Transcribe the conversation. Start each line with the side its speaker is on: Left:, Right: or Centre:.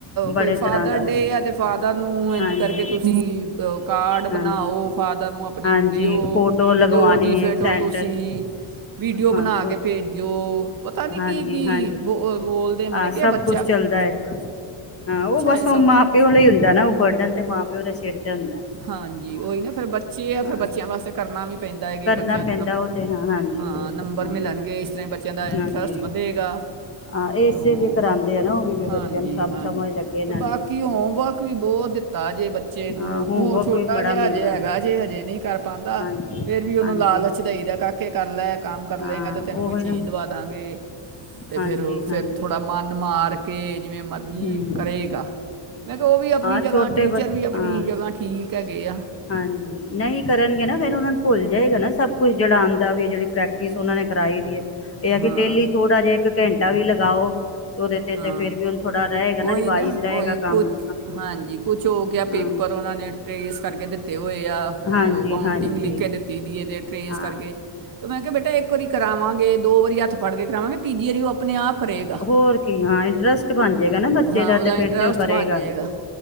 Left: ਬੜੇ
Right: ਕੋਈ ਫਾਦਰ
Left: ਤਰ੍ਹਾਂ ਦਾ
Right: ਡੇ ਆ ਤੇ ਫਾਦਰ ਨੂੰ। ਇੰਝ
Left: ਹਾਂਜੀ
Right: ਕਰਕੇ ਤੁਸੀਂ ਕਾਰਡ
Left: ਹਾਂਜੀ
Right: ਬਣਾਓ ਫਾਦਰ ਨੂੰ ਆਪਣੇ
Left: ਹਾਂਜੀ
Right: ਨੂੰ ਦਿਓ
Left: ਫੋਟੋ ਲਗਵਾਉਣੀ
Right: ਅਤੇ ਉਹਦੀ ਫੋਟੋ
Left: ਹੈ ਸੈਂਟਰ
Right: ਤੁਸੀਂ
Left: 'ਚ,
Right: ਵੀਡੀਓ
Left: ਹਾਂ
Right: ਬਣਾ
Left: ਗਰੁੱਪ
Right: ਕੇ ਭੇਜੋ। ਪਤਾ ਨੀ
Left: ਹਾਂਜੀ
Right: ਕੀ ਕੀ
Left: ਹਾਂਜੀ
Right: ਬੋ ਬੋਲਦੇ ਮੈਨੇ
Left: ਹਾਂ
Right: ਕੀ
Left: ਸਭ
Right: ਬੱਚੇ।
Left: ਚੱਲਦਾ ਹੈ ਹਾਂ ਉਹ ਬਸ
Right: ਹੈ ਸਭ
Left: ਉਹ ਮਾਂ ਪਿਓ ਲਈ ਹੁੰਦਾ ਨਾ ਉਹ ਬਰਡਨ ਤੇ ਮਾਂ ਪਿਓ ਦੇ ਸਿਰ। ਤੇ ਹੁੰਦਾ ਹੈ
Right: ਹਾਂਜੀ
Left: ਹਾਂ
Right: ਉਹੀ ਨਾ ਫੇਰ ਬੱਚੇ ਆ ਫੇਰ
Left: ਹਾਂ
Right: ਬੱਚਿਆਂ ਵਾਸਤੇ ਕਰਨਾ ਵੀ। ਪੈਂਦਾ ਹੈ ਕਿ
Left: ਕਰਨਾ
Right: ਬੱਚਿਆਂ ਨੂੰ
Left: ਪੈਂਦਾ
Right: ਨੰ
Left: ਉਹ ਤੇ ਹਾਂ ਹਾਂਜੀ
Right: ਹਾਂ
Left: ਉਹ
Right: ਨੰਬਰ
Left: ਤੇ ਹਾਂ
Right: ਮਿਲਣਗੇ ਇਸ ਤਰ੍ਹਾਂ ਬੱਚਿਆਂ ਦਾ ਇੰਟਰਸਟ
Left: ਹਾਂਜੀ
Right: ਵਧੇਗਾ
Left: ਹਾਂ ਇਸੇ
Right: ਤੇ ਉਹ
Left: ਲਈ ਕਰਾਉਂਦੇ ਆ ਨਾ ਉਹ ਵੀ ਬੱਚਿਆਂ
Right: ਹਾਂਜੀ
Left: ਨੂੰ ਸਭ
Right: ਹਾਂਜੀ
Left: ਸਮਝ ਲੱਗੇ
Right: ਅਤੇ
Left: ਨਾਲੇ
Right: ਬਾਕੀ ਹੋਮਵਰਕ ਵੀ ਬਹੁਤ ਦਿੱਤਾ ਜੇ ਬੱਚੇ ਨੂੰ।
Left: ਹਾਂ ਹੋਮਵਰਕ
Right: ਉਹ ਛੋਟਾ
Left: ਵੀ ਬੜਾ
Right: ਜਿਹਾ
Left: ਮਿਲਦਾ
Right: ਹਜੇ ਹੈਗਾ ਜੇ ਹਜੇ ਨਹੀਂ ਕਰ ਪਾਉਂਦਾ
Left: ਹਾਂਜੀ
Right: ਫੇਰ। ਵੀ ਉਹਨੂੰ
Left: ਹਾਂਜੀ
Right: ਲਾਲਚ ਦਈ ਦਾ ਕਾਕੇ ਕਰ ਲਾ। ਕਰ
Left: ਹਾਂ
Right: ਲੈਂਗਾ ਤਾਂ ਤੈਨੂੰ
Left: ਉਹੀ
Right: ਕੋਈ ਚੀਜ਼
Left: ਨਾ
Right: ਦਵਾ ਦਾਂਗੇ। ਤੇ
Left: ਹਾਂਜੀ
Right: ਫੇਰ
Left: ਹਾਂਜੀ
Right: ਫਿਰ ਥੋੜ੍ਹਾ ਮਨ ਮਾਰ ਕੇ ਜਿਵੇਂ ਮਰਜ਼ੀ
Left: ਹਮ
Right: ਕਰੇਗਾ ਮੈਂ ਕਿਹਾ ਉਹ ਵੀ ਆਪਣੀ
Left: ਹਾਂ
Right: ਜਗ੍ਹਾ
Left: ਛੋਟੇ
Right: ਟੀਚਰ
Left: ਬਸ
Right: ਵੀ ਆਪਣੀ
Left: ਹਾਂ
Right: ਜਗ੍ਹਾ। ਕਹਿ ਗਏ ਆ।
Left: ਹਾਂਜੀ ਨਹੀਂ ਕਰਨਗੇ ਨਾ ਫੇਰ ਉਹਨਾਂ ਨੂੰ ਭੁੱਲ ਜਾਏਗਾ ਨਾ ਸਭ ਕੁਛ ਜਿਹੜਾ ਆਉਂਦਾ ਵੀ ਜਿਹੜੀ ਪ੍ਰੈਕਟਿਸ ਉਹਨਾਂ ਨੇ ਕਰਾਈ ਦੀ ਹੈ। ਇਹ ਹੈ ਕਿ
Right: ਹਾਂ
Left: ਡੇਲੀ ਥੋੜਾ ਜਿਹਾ। ਇੱਕ ਘੰਟਾ ਵੀ ਲਗਾਓ। ਉਹਦੇ ਤੇ ਤੇ
Right: ਹਾਂ
Left: ਫੇਰ ਵੀ ਹੁਣ ਥੋੜਾ ਰਹੇਗਾ
Right: ਉਹੀ
Left: ਰਿਵਾਈਜ਼
Right: ਨਾ
Left: ਰਹੇਗਾ
Right: ਉਹੀ
Left: ਕੰਮ
Right: ਕੁਛ ਹਾਂਜੀ ਕੁਛ ਹੋ ਗਿਆ
Left: ਹਾਂ
Right: ਪੇਪਰ ਉਹਨਾਂ ਨੇ ਟਰੇਸ ਕਰਕੇ ਦਿੱਤਾ। ਹੋਏ
Left: ਹਾਂਜੀ
Right: ਉਹ ਕੰਊਟਿੰਗ
Left: ਹਾਂਜੀ
Right: ਲਿਖ ਕੇ ਦਿੱਤੀ ਦੀ ਹੈ ਤੇ। ਟਰੇਸ
Left: ਹਾਂ
Right: ਕਰਕੇ ਤੇ ਮ ਮੈਂ ਕਿਹਾ ਬੇਟਾ ਇੱਕ ਵਾਰੀ ਕਰਾਵਾਂਗੇ, ਦੋ ਵਾਰੀ ਹੱਥ ਫੜ ਕੇ ਕਰਾਵਾਂਗੇ, ਤੀਜੀ ਵਾਰੀ ਉਹ ਆਪੇ ਆਪਣੇ ਆਪ ਕਰੇਗਾ।
Left: ਹੋਰ ਕੀ ਹਾਂ, ਇੰਟਰਸਟ ਬਣ ਜਾਵੇਗਾ ਨਾ ਬੱਚੇ
Right: ਹਾਂ
Left: ਦਾ,
Right: ਉਹਦਾ
Left: ਤਾਂ ਫਿਰ
Right: ਇੰਟਰਸਟ
Left: ਤਾਂ ਉਹ ਕਰੇਗਾ।
Right: ਬਣ ਜਾਏਗਾ